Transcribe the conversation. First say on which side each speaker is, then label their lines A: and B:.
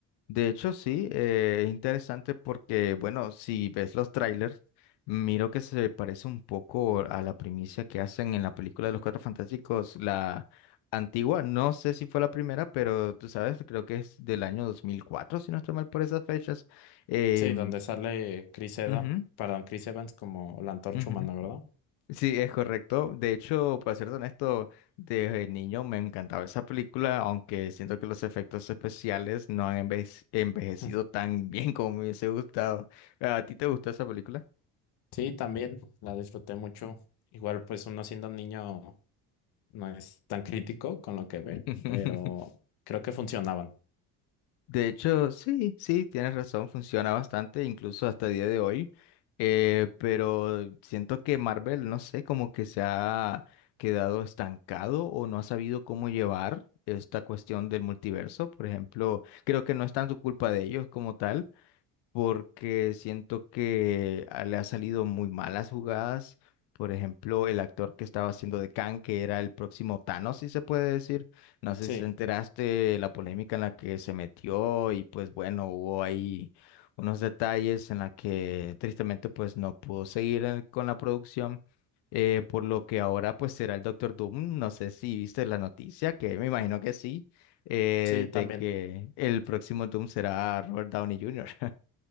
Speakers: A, on the left; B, on the left.
A: De hecho, sí, eh, es interesante porque, bueno, si ves los trailers, miro que se parece un poco a la primicia que hacen en la película de los Cuatro Fantásticos, la antigua, no sé si fue la primera, pero tú sabes, creo que es del año 2004 si no estoy mal por esas fechas. Eh,
B: Sí, donde sale Chris Eda,
A: ujú,
B: perdón, Chris Evans como la antorcha
A: ujú.
B: humana, ¿verdad?
A: Sí, es correcto. De hecho, para ser honesto, desde niño me encantaba esa película, aunque siento que los efectos especiales no han enveje- envejecido
B: <laughs>
A: tan bien como me hubiese gustado. ¿A ti te gustó esa película?
B: Sí, también la disfruté mucho. Igual, pues uno siendo un niño no es tan crítico con lo que ve,
A: <laughs>
B: pero creo que funcionaban.
A: De hecho, sí, sí, tienes razón, funciona bastante, incluso hasta el día de hoy. eh, pero siento que Marvel, no sé, como que se ha quedado estancado o no ha sabido cómo llevar esta cuestión del multiverso. Por ejemplo, creo que no es tanto culpa de ellos como tal, porque siento que a- le ha salido muy malas jugadas. Por ejemplo, el actor que estaba haciendo de Kang, que era el próximo Thanos, si se puede decir. No sé
B: Sí,
A: si te enteraste de la polémica en la que se metió y pues bueno, hubo ahí unos detalles en la que tristemente pues no pudo seguir en- con la producción. eh, por lo que ahora pues será el Doctor Doom. No sé si viste la noticia, que me imagino que sí, eh,
B: sí, también.
A: de que el próximo Doom será Robert Downey Jr.